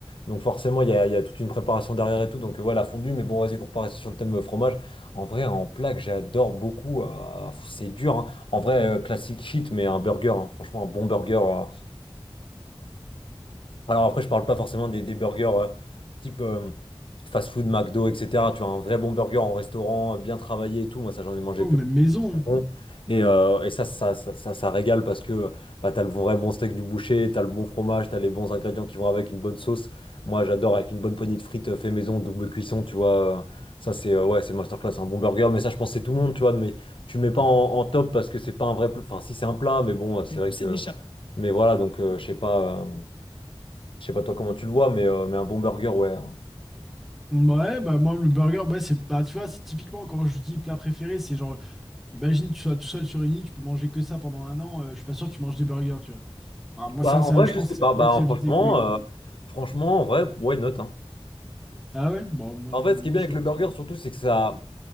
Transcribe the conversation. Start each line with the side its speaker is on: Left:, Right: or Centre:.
Left: donc forcément, il y a, il y a toute une préparation derrière et tout. Donc voilà, fondue, mais bon, vas-y, pour pas rester sur le thème euh, fromage, en vrai, en plat que j'adore beaucoup, euh, c'est dur. hein. En vrai, euh, classique shit, mais un burger, hein. franchement, un bon burger. euh, alors après, je parle pas forcément des, des burgers euh, type euh, fast-food, McDo, etc. Tu vois, un vrai bon burger en restaurant, euh, bien travaillé et tout. Moi, ça, j'en ai mangé
Centre: Oh,
Left: plein.
Centre: même maison.
Left: c'est Bon. Et, euh, et ça, ça, ça, ça, ça régale parce que bah, t'as le vrai bon steak du boucher, t'as le bon fromage, t'as les bons ingrédients qui vont avec une bonne sauce. Moi, j'adore avec une bonne poignée de frites euh, fait maison, double cuisson, tu vois. euh, Ça, c'est euh, ouais, c'est masterclass, un bon burger. Mais ça, je pense que c'est tout le monde, tu vois. Mais tu le mets pas en, en top parce que c'est pas un vrai plat. Enfin, si, c'est un plat, mais bon, euh, c'est vrai C'est que. méchant. Mais voilà, donc euh, je sais pas. euh, je sais pas toi comment tu le vois, mais, euh, mais un bon burger, ouais.
Centre: Ouais, bah moi le burger, ouais, c'est bah tu vois, c'est typiquement quand je dis plat préféré, c'est genre imagine tu sois tout seul sur une île, tu peux manger que ça pendant un an, euh, je suis pas sûr que tu manges des burgers, tu vois. Ah, moi
Left: Bah,
Centre: ça, ça
Left: Mm. en vrai,
Centre: je
Left: je
Centre: pense
Left: sais
Centre: que ça
Left: pas.
Centre: me pète
Left: Bah,
Centre: très vite
Left: franchement,
Centre: les couilles quoi.
Left: euh, franchement, en vrai, why not, hein.
Centre: Ah ouais, bon moi,
Left: En
Centre: moi,
Left: fait, ce qui est bien
Centre: je
Left: avec
Centre: sais
Left: le
Centre: pas
Left: burger,
Centre: trop.
Left: surtout, c'est que ça.